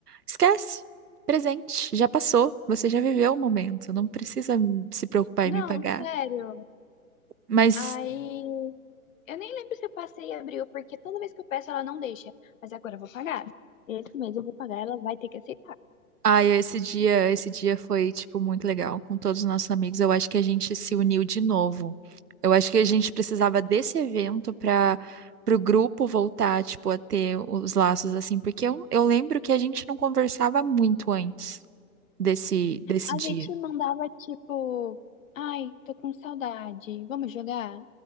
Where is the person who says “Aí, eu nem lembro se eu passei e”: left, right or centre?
Left